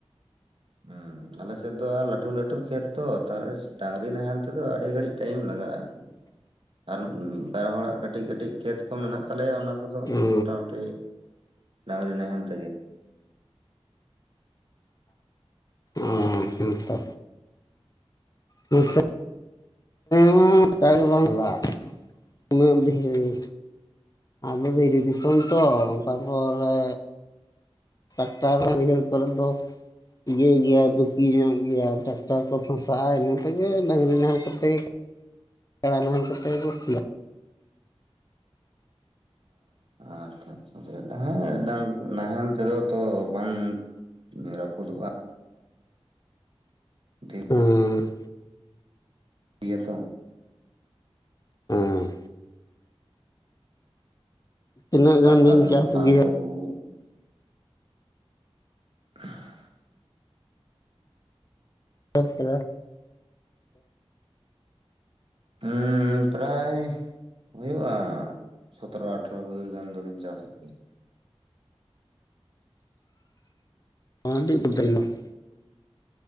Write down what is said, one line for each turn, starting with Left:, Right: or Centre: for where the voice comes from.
Right: ᱦᱩᱸ ᱟᱞᱮ ᱥᱮᱫ ᱫᱚ ᱟᱨ ᱞᱟᱹᱴᱩ ᱞᱟᱹᱴᱩ ᱠᱷᱮᱛ ᱛᱚ ᱛᱟᱦᱞᱮ ᱰᱟᱝᱨᱤ ᱱᱟᱦᱮᱞ ᱛᱮᱫᱚ ᱟᱹᱰᱤ ᱜᱷᱟᱹᱲᱤᱡ ᱴᱟᱭᱤᱢ ᱞᱟᱜᱟᱜᱼᱟ᱾
Left: <inaudible>
Right: ᱟᱨᱠᱤ ᱟᱨ ᱢᱤᱫ ᱵᱟᱨ ᱦᱚᱲᱟᱜ ᱠᱟᱹᱴᱤᱡᱽ ᱠᱟᱹᱴᱤᱡᱽ ᱠᱷᱮᱛ ᱠᱚ ᱢᱮᱱᱟᱜ ᱛᱟᱞᱮᱭᱟ ᱚᱱᱟ ᱠᱚᱫᱚ
Left: ᱜᱮ
Right: ᱢᱳᱴᱟᱢᱩᱴᱤ ᱰᱟᱝᱨᱤ ᱱᱟᱦᱮᱞ ᱛᱮᱜᱮ ᱾
Left: ᱚᱸᱢ ᱦᱮᱸ ᱛᱚ ᱱᱚᱛᱮ <unintelligible> ᱩᱱᱟᱹᱜ ᱫᱷᱤᱨᱤ ᱟᱫᱚ ᱫᱷᱤᱨᱤ ᱫᱤᱥᱚᱢ ᱛᱚ ᱚᱱᱠᱟ ᱯᱚᱨᱮ ᱴᱟᱠᱴᱟᱨ ᱦᱚᱸ ᱵᱟᱹᱭᱦᱟᱹᱲ ᱠᱚᱨᱮᱫ ᱫᱚ ᱤᱭᱟᱹᱭ ᱜᱮᱭᱟ ᱫᱩᱠᱤ ᱧᱚᱜ ᱜᱮᱭᱟ ᱴᱟᱠᱴᱟᱨ ᱠᱚ ᱯᱷᱟᱥᱟᱜᱼᱟ ᱤᱱᱟᱹ ᱛᱮᱜᱮ ᱰᱟᱝᱨᱤ ᱱᱟᱦᱮᱞ ᱠᱟᱛᱮ ᱥᱮᱲᱟ ᱱᱟᱦᱮᱞ ᱠᱚᱛᱮ ᱠᱚ ᱥᱤᱭᱟ
Right: ᱟᱸ ᱟᱪᱪᱷᱟ ᱱᱚᱛᱮ ᱱᱟᱦᱮᱞ ᱰᱟᱸᱝᱨᱤ ᱱᱟᱦᱮᱞ ᱛᱮᱫᱚ ᱛᱚ ᱵᱟᱝ ᱨᱟᱹᱯᱩᱫᱚᱜᱼᱟ᱾ ᱫᱷᱤᱨᱤ
Left: ᱦᱚᱸ
Right: ᱤᱭᱟᱹ ᱛᱚ
Left: ᱚᱸ ᱛᱤᱱᱟᱹᱜ
Right: ᱴᱟᱠᱴᱟᱨ
Left: ᱜᱟᱱ ᱵᱤᱱ
Right: ᱨᱮᱫᱚ
Left: ᱪᱟᱥ
Right: ᱯᱷᱟᱞ
Left: ᱜᱮᱭᱟ
Right: ᱠᱚ ᱜᱩᱜᱩ <inaudible>
Left: <unintelligible>
Right: ᱦᱩᱸ ᱯᱨᱟᱭ ᱦᱩᱭᱩᱜᱼᱟ ᱥᱚᱛᱚᱨᱚ ᱟᱴᱷᱨᱚ ᱵᱤᱜᱷᱟᱹ ᱜᱟᱱ ᱫᱚᱞᱤᱧ ᱪᱟᱥᱮᱫ ᱜᱮᱭᱟ ᱾
Left: <unintelligible>